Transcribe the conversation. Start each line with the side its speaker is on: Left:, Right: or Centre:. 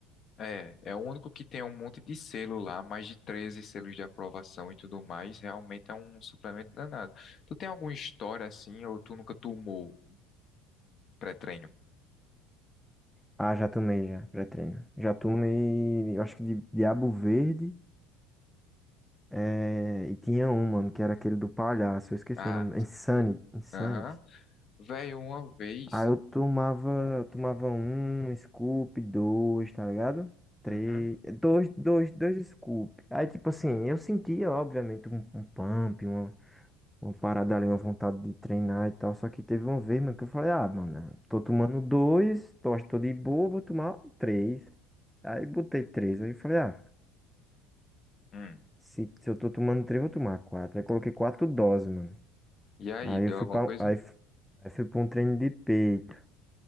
Left: É, é o único que tem um monte de selo lá, mais de 13 selos de aprovação e tudo mais. Realmente é um suplemento danado. Tu tem alguma história assim, ou tu nunca tomou pré-treino?
Centre: Ah, já tomei já, pré-treino. Já tomei, eu acho que de Diabo Verde, é, e tinha um, mano, que era aquele do palhaço, eu esqueci
Left: Ah,
Centre: o nome, Insanity, Insanity.
Left: aham. Velho, uma vez.
Centre: Aí eu tomava, eu tomava um scoop, dois, tá ligado? Três,
Left: Uhum.
Centre: dois, dois, dois scoop. Aí, tipo assim, eu sentia, obviamente, um, um pump, uma, uma parada ali, uma vontade de treinar e tal. Só que teve uma vez, mano, que eu falei, ah, mano, tô tomando dois, tô, acho que tô de boa, vou tomar três. Aí botei três. Aí eu falei, ah,
Left: Hum.
Centre: se, se eu tô tomando três, vou tomar quatro. Aí coloquei quatro doses, mano.
Left: E aí,
Centre: Aí
Left: deu
Centre: eu fui
Left: alguma
Centre: pra,
Left: coisa?
Centre: aí, f- aí fui pra um treino de peito.